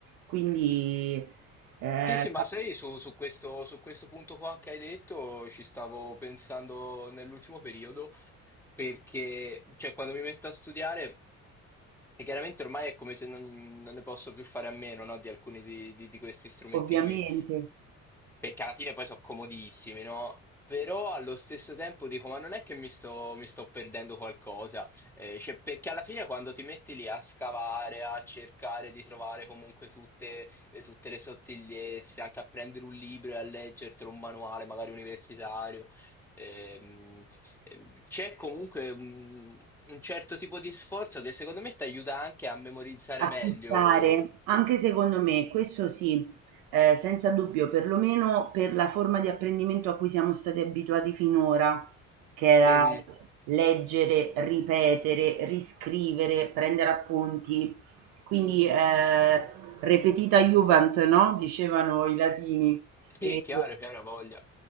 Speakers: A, on the right; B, in the centre.
A: Quindi, ehm,
B: Sì, sì, ma sai, su, su questo, su questo punto qua che hai detto ci stavo pensando nell'ultimo periodo perché cioè, quando mi metto a studiare, e chiaramente ormai è come se non, non ne posso più fare a meno, no, di alcuni di, di- di questi strumenti
A: ovviamente.
B: qui, perché alla fine poi sono comodissimi, no? Però allo stesso tempo dico, ma non è che mi sto, mi sto perdendo qualcosa, Eh, cioè, perché alla fine quando ti metti lì a scavare, a cercare di trovare comunque tutte, eh, tutte le sottigliezze, anche a prendere un libro e a leggertelo, un manuale magari universitario, ehm, eh, c'è comunque un, un certo tipo di sforzo che secondo me ti aiuta anche a memorizzare
A: Affittare,
B: meglio.
A: anche secondo me, questo sì, eh, senza dubbio, perlomeno per la forma di apprendimento a cui siamo stati abituati finora, che era
B: Mhm.
A: leggere, ripetere, riscrivere, prendere appunti. Quindi eh, repetita iuvant, no? Dicevano i latini.
B: Sì,
A: E-
B: è chiaro, chiaro, ha voglia.